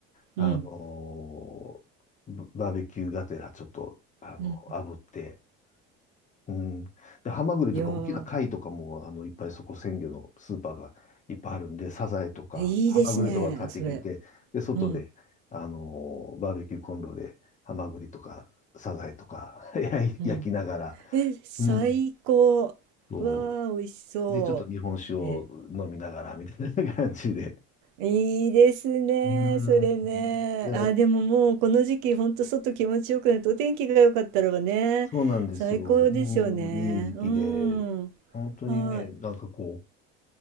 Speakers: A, on the left; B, on the right.
A: あの、
B: うん、
A: ババーベキューがてらちょっと、あの、
B: うん。
A: 炙って、うん。で、ハマグリとか大きな貝とかも、
B: いやー、
A: あの、いっぱいそこ鮮魚のスーパーがいっぱいあるんで、サザエとか、
B: えいいですね、
A: ハマグリとか買ってきて、
B: それ。
A: で、外で、
B: うん、
A: あのーバーベキューコンロで、ハマグリとか、サザエとか <laughs> 焼い焼きながら、
B: うん。え、最高。
A: うん。そ
B: わあ、美味しそ
A: う。で、ちょっと日本酒を飲みながら、
B: う。え、
A: みたいな感じで。
B: いいですね。
A: うん。
B: それね。
A: いや、
B: あ、でももうこの時期、ほんと外気持ちよくなって、お天気が良かったらばね、
A: そうなんですよ。
B: 最高ですよね。
A: うん、いい時期で、
B: うん。
A: 本当にね、
B: はい。
A: なんかこう、